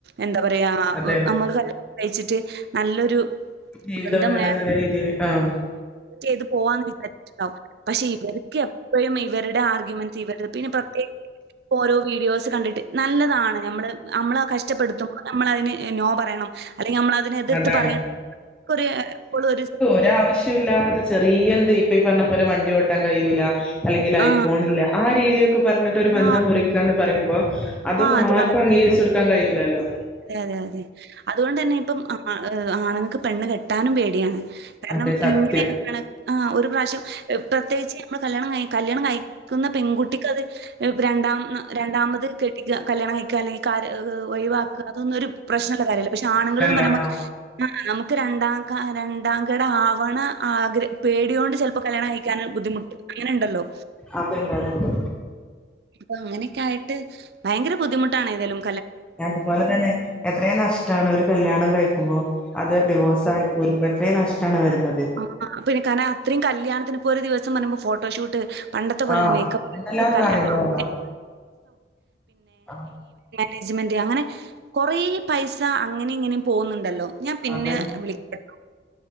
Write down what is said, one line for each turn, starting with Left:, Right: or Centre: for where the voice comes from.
Right: എന്താ പറയാ
Centre: അതന്നെ
Right: അമ്മക് കല്യാണം കഴിച്ചിട്ട് നല്ലൊരു
Centre: ജീവിതം
Right: ബന്ധം
Centre: വേണംന്ന്ല്ല
Right: വേണം
Centre: രീതില് ആഹ്
Right: ചെയ്ത് പ് പോവാന്ന് വിചാരിച്ചിട്ടുണ്ടാവും പക്ഷേ ഇവർക്ക് എപ്പഴും ഇവരുടെ ആർഗ്യുമെന്റ്സ് ഇവര്‌ടെ പിന്നെ പ്രത്യേ കോരോ വീഡിയോസ് കണ്ടിട്ട് നല്ലതാണ് ഞമ്മള് അമ്മളഹ് കഷ്ടപ്പെടുത്തും ഞമ്മള് അതിന് നോ പറയണം അല്ലെങ്കിൽ നമ്മളത് തിനെ എതിർത്ത്
Centre: അതാണ്
Right: പറയണം നമുക്ക് ഒരു എപ്പളൊരു സെ
Centre: ഒരാവശ്യം ഇല്ലാതെ ചെറിയ എന്താ ഇപ്പ ഈ പറഞ്ഞ പോലെ വണ്ടി ഓട്ടാൻ കഴിയൂല അല്ലെങ്കിൽ
Right: ആ
Centre: ഐഫോണില്ല ആ രീതിയൊക്കെ പർഞ്ഞ് ഒരു ബന്ധം
Right: ആ
Centre: മുറിക്കാന്ന് പറയുമ്പോ അതൊന്നും
Right: ആ അത്
Centre: ആർക്കും
Right: വളരെ
Centre: അംഗീകരിച്ച്
Right: ഉം.
Centre: കൊടുക്കാൻ കഴിയൂലാല്ലോ
Right: അതെ അതെ അതെ അതുകൊണ്ട് തന്നെ ഇപ്പം ആണുങ്ങൾക്ക് പെണ് കെട്ടാനും പേ ടിയാണ് കാരണം
Centre: അതെ സത്യം
Right: ഇങ്ങനെ ഒക്കേണ് ആഹ് ഒരു പ്രാവശ്യം പ്രത്യേകിച്ച് ഞമ്മള് കല്യാണം കഴ് കല്യാണം കഴി ക്ക്ന്ന പെങ്കുട്ടിക്കത് എഹ് രണ്ടാം രണ്ടാമത് കെട്ടി കല്യാണം കഴിക്കുക, അല്ലെങ്കിൽ ഒഴിവാക്കുക, അതൊന്നും ഒരു- പ്രശ്നമുള്ള കാര്യമല്ല പക്ഷെ,
Centre: പ്രശ്നല്ല
Right: ആണുങ്ങൾന്ന് പറയുമ്പോ-
Centre: ആഹ്
Right: ആ നമുക്ക് രണ്ടാം, രണ്ടാംകട- ആവണ ആഗ്ര പേടൊണ്ട് ചിലപ്പോ കല്യാണം കഴി- ൻ ബുദ്ധിമുട്ട് അങ്ങനെ ഉണ്ടല്ലോ.
Centre: അപ്പണ്ടതണ്ട്,
Right: അപ്പോ അങ്ങനെയൊക്കെ ആയിട്ട്, ഭയങ്കര ബുദ്ധിമുട്ടാണ് ഏതയാലും.
Centre: അതുപോലെ തന്നെ, എത്രയും നഷ്ടമാണ് ഒരു കല്ല്യാണം- കഴിക്കുമ്പോ അത് ഡിവോഴ്സ് ആയി- പോരുമ്പോ അത്രയും നഷ്ടമാണ് വരുന്നത്.
Right: ആഹാ പിന്നെ കാരണം അത്രയും, കല്യാണത്തിന്നിപ്പോ ഒരു ദിവസം, പറയുമ്പോ ഫോട്ടോഷൂട്ട്, പണ്ടത്തെ പോലെയുള്ള
Centre: ആഹ്
Right: മേക്കപ്പ്
Centre: എന്തെല്ലാം
Right: <unintelligible>
Centre: കാര്യങ്ങളാണ് ആഹ്
Right: മേജ്മെന്റ് അങ്ങനെ കൊറേ- പൈസ അങ്ങനെ, ഇങ്ങനെ- പോകുന്നുണ്ടല്ലോ? ഞാൻ പിന്നെ
Centre: അതന്നെ
Right: വിളക്കാം.